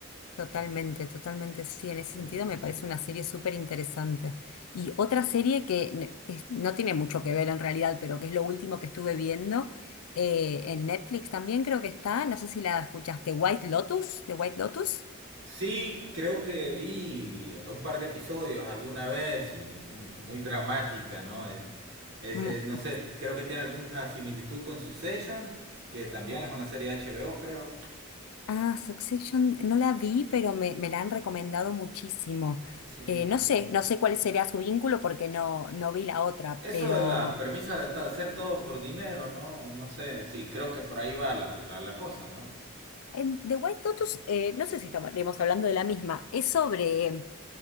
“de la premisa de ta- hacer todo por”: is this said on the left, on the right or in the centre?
Right